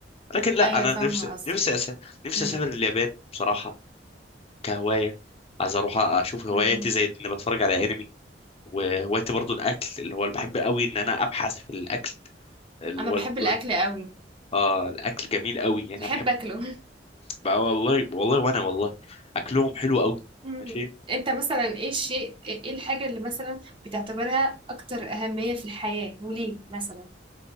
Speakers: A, on the left; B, on the right.
A: لكن لا
B: ايوه
A: انا
B: فاهمة
A: نفسي
B: قصدك
A: نفسي أس... نفسي
B: مهم.
A: اسافر اليابان بصراحة كهواية عايز اروح اشوف هواياتي
B: مهم.
A: زي اني بتفرج على انمي وهوايتي برضو الاكل اللي هو اللي بحب قوي ان انا ابحث في الاكل اللي
B: انا
A: هو
B: بحب
A: الج-
B: الاكل قوي
A: اه الاكل جميل قوي يعني
B: بحب
A: انا بحب
B: اكله
A: بقى والله والله وانا والله اكلهم حلو قوي
B: مهم.
A: ماشي
B: انت مثلا ايه الشيء ايه الحاجة اللي مثلا بتعتبرها اكتر اهمية في الحياة وليه مثلا